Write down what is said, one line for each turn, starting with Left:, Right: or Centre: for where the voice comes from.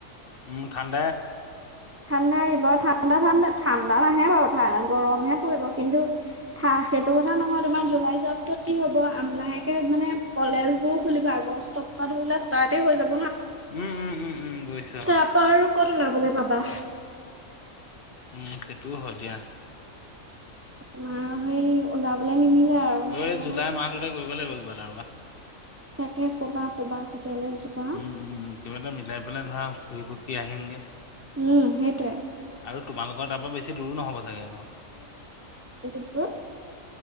Left: উম ঠাণ্ডা
Right: ঠাণ্ডা এইবাৰ ঠাণ্ডা ঠাণ্ডা ঠাণ্ডা নাহে বাৰু ঠা গৰমহে পৰিব কিন্তু সেইটো কথা নহয় তোমাৰ জুলাই যোৱাৰ পিছত কি হব আম লাহেকে মানে কলেজ বোৰো খুলিব আগষ্টৰ পৰা ধৰি লোৱা ষ্টাৰ্টেই হৈ যাব।
Left: উম উম উম উম বুজিছো
Right: তাৰপা
Left: অ
Right: আৰু ক'ত ওলাবলৈ পাবা
Left: উম সেইটোও হয় দিয়া
Right: মাৰ সেই ওলাবলৈ নিমিলে সেইটো
Left: এই
Right: কাৰণে
Left: জুলাই মাহটোতে কৰিব লাগিব কিবা এটা ৰ'বা
Right: তাকে কবা ক'বা ‌ হোটেললে যোৱা
Left: উম উম উম কিবা এটা মিলাই পেলাই ধৰা ঘূৰি পুকি আহিমগে
Right: উম সেইটোৱে
Left: আৰু তোমালোকৰ তাৰ পৰা বেছি দূৰো নহব চাগে ন
Right: হো